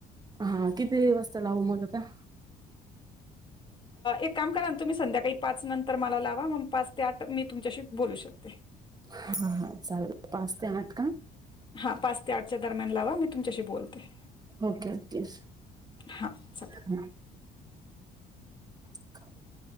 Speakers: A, on the right; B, on the left.
A: हां किती दिवसं चां लावूं मंग आंता
B: एक कामं करां नं तुम्हीं संध्याकाळी पांच नंतर तरं मलां लांवा मंग पांच ते आठ मी तुमच्यांशी बोलूं शकते
A: हां चालेल पांच ते आठ कां
B: हां पांच ते आठच्या दरम्यांन लांवा मी तुमच्यांशी बोलते
A: ओके ओके
B: हां चालेल
A: हा <unintelligible>